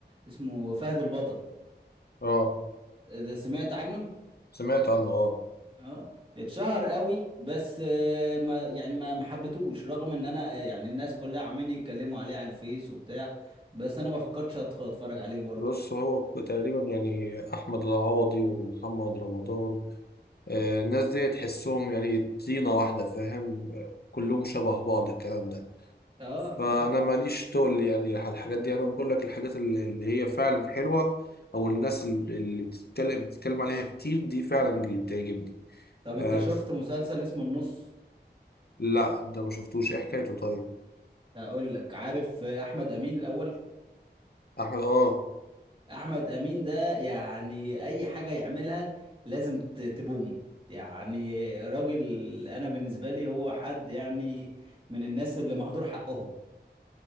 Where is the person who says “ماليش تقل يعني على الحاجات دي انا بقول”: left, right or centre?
Left